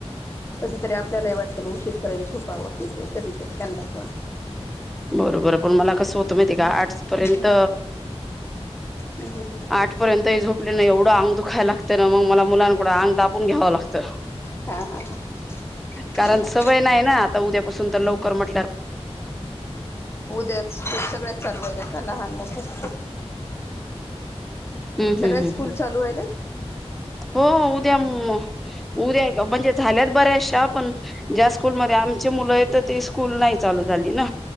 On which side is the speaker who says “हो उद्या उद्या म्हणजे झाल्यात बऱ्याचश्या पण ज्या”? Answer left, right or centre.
Centre